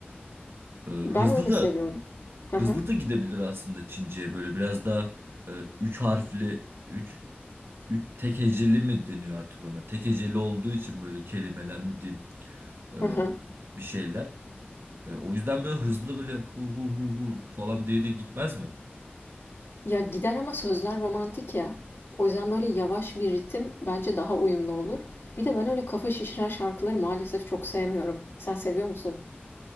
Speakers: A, on the right; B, on the left.
A: Ee, Hızlı
B: Ben öyle
A: da
B: seviyorum. Hı
A: Hızlı
B: hı,
A: da gidebilir aslında Çince'ye böyle biraz daha e, üç harfli üç, üç tek heceli mi deniyor artık ona? Tek heceli olduğu için böyle kelimeler mi diyeyim e,
B: hı hı.
A: bir şeyler. E, o yüzden böyle hızlı böyle hu hu hu hu falan diye de gitmez mi?
B: Ya gider ama sözler romantik ya. O yüzden böyle yavaş bir ritim bence daha uyumlu olur. Bir de ben öyle kafa şişiren şarkıları maalesef çok sevmiyorum. Sen seviyor musun?